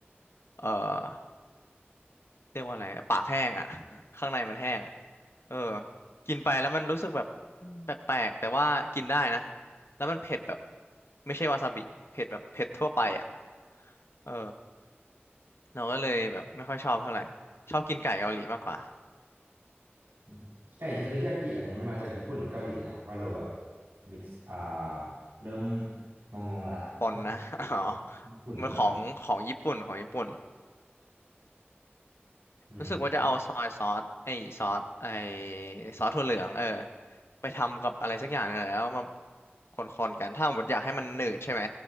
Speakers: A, on the left; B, on the right.
A: เออเรียกว่าอะไรปากแห้งอ่ะ <laughs> ข้างในมันแห้งอ่ะเออกินไปแล้วมันรู้สึกแบบอืมแปลกๆแต่ว่ากินได้นะแล้วมันเผ็ดแบบไม่ใช่วาซาบิเผ็ดแบบเผ็ดทั่วไปอ่ะเออเราก็เลยแบบไม่ค่อยชอบเท่าไหร่ชอบกินไก่เกาหลีมากกว่า
B: อืมไก่เทอริยากิอันเนี้ยมันมาจากญี่ปุ่นหรือเกาหลีนะว่าเราแบบมิกซ์อ่าเริ่มงงๆละเทอริยากิ
A: ปนนะ <laughs> อ๋อ
B: ญี่ปุ่นหรือเกาหลี
A: มันของของญี่ปุ่นของญี่ปุ่น
B: อืม
A: รู้สึกว่าจะเอาซอยซอสไอ้ซอสไอ้ซอสถั่วเหลืองเออไปทำกับอะไรสักอย่างนึงแหละแล้วมาคนๆกันถ้าสมมติอยากให้มันหนืดใช่ไหม